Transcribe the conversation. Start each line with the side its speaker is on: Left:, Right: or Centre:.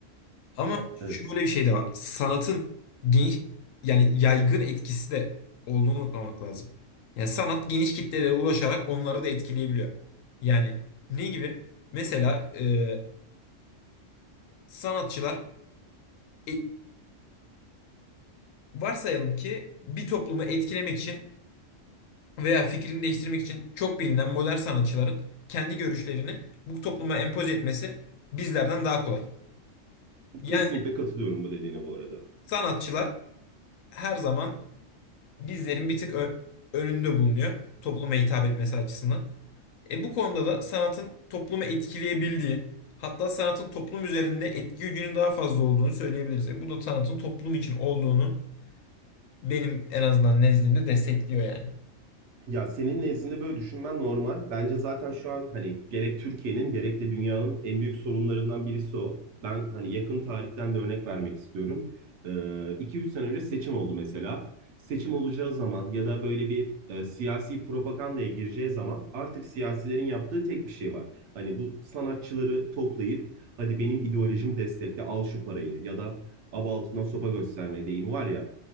Left: Ama
Right: Evet.
Left: şöyle bir şey de var. Sanatın geniş yani yaygın etkisi de olduğunu unutmamak lazım. Yani sanat geniş kitlelere ulaşarak onları da etkileyebiliyor. Yani ne gibi? Mesela e, sanatçılar e, varsayalım ki bir toplumu etkilemek için veya fikrini değiştirmek için çok bilinen modern sanatçıların kendi görüşlerini bu topluma empoze etmesi bizlerden daha kolay. Yani
Right: Kesinlikle katılıyorum bu dediğine bu arada.
Left: sanatçılar her zaman bizlerin bir tık ö- önünde bulunuyor topluma hitap etmesi açısından. E bu konuda da sanatın toplumu etkileyebildiği, hatta sanatın toplum üzerinde etki gücünün daha fazla olduğunu söyleyebiliriz. E bu da sanatın toplum için olduğunu benim en azından nezdimde destekliyor yani.
Right: Ya senin nezdinde böyle düşünmen normal. Bence zaten şu an hani gerek Türkiye'nin gerek de dünyanın en büyük sorunlarından birisi o. Ben hani yakın tarihten de örnek vermek istiyorum. Ee, 2-3 sene önce seçim oldu mesela. Seçim olacağı zaman ya da böyle bir e, siyasi propagandaya gireceği zaman artık siyasilerin yaptığı tek bir şey var. Hani bu sanatçıları toplayıp hadi benim ideolojimi destekle al şu parayı ya da av altından sopa gösterme deyimi var ya